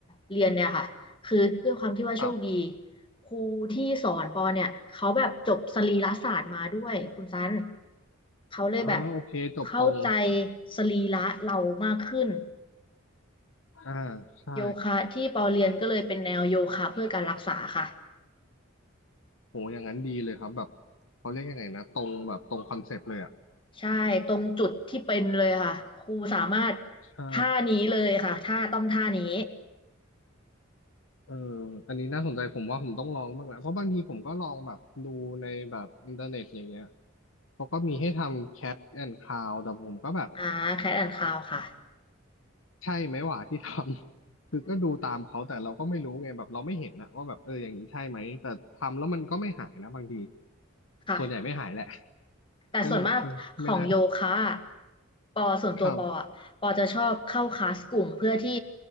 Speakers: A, on the left; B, on the left.
A: เรียนเนี่ยค่ะคือด้วยความที่ว่าโชคดี
B: ครับ
A: ครูที่สอนปอเนี่ยเขาแบบจบสรีรศาสตร์มาด้วยคุณซันเขาเลยแบบ
B: อ่าโอเคจบตรง
A: เข้าใจสรีระเรามากขึ้น
B: อ่าใช่
A: โยคะที่ปอเรียนก็เลยเป็นแนวโยคะเพื่อการรักษาค่ะ
B: โหอย่างนั้นดีเลยครับแบบเขาเรียกยังไงนะตรงแบบตรงคอนเซปต์เลยอ่ะ
A: ใช่ตรงจุดที่เป็นเลยค่ะครูสามารถ
B: ใช่
A: ท่านี้เลยค่ะท่าต้องท่านี้
B: เอออันนี้น่าสนใจผมว่าผมต้องลองบ้างนะเพราะบางทีผมก็ลองแบบดูในแบบอินเทอร์เน็ตอย่างเงี้ย เขาก็มีให้ทำ Cat and Cow แต่ผมก็แบบ
A: อ่าแคทแอนด์คาวค่ะ
B: ใช่ไหมหว่าที่ทำ <laughs> คือก็ดูตามเขาแต่เราก็ไม่รู้ไงแบบเราไม่เห็นนะว่าแบบเอออย่างนี้ใช่ไหมแต่ทำแล้วมันก็ไม่หายนะบางที
A: <laughs> ค่ะ
B: ส่วนใหญ่ไม่หายแหละ
A: แต่ส่วนมากของโยคะอะ
B: ก็เลยแบบเออไม่น่า
A: ปอส่วนตัวปออะปอจะชอบเข้าคลาสกลุ่มเพื่อที่
B: ทำ